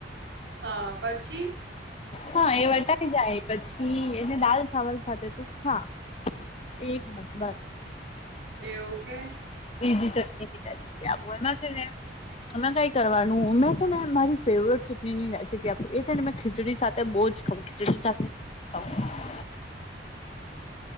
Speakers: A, on the right; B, on the left.
A: હા પછી પછી
B: હા એ વટાઈ જાય. પછી એને દાલ ચાવલ સાથે તું ખા એક નંબર.
A: એવું કે
B: <unintelligible> ચટણી એમાં છે ને એમાં કઈ કરવા નું મે છે ને મારી ફેવરેટ શબજી એ છે ને મે ખીચડી સાથે બોઉ જ ખાવ. ખીચડી સાથે ખાવ